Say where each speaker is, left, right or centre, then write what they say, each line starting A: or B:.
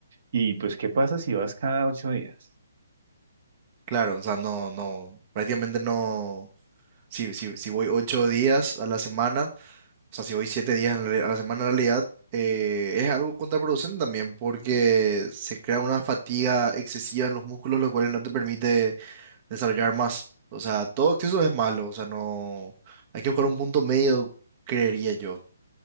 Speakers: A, on the right; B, on the right.
A: y pues ¿qué pasa si vas cada ocho días?
B: Claro, o sea, no, no, prácticamente no. Si, si, si voy ocho días a la semana, o sea, si voy siete días en reali- a la semana, en realidad eh, es algo contraproducente también, porque se crea una fatiga excesiva en los músculos, lo cual no te permite desarrollar más. O sea, todo exceso es malo, o sea, no. Hay que buscar un punto medio, creería yo.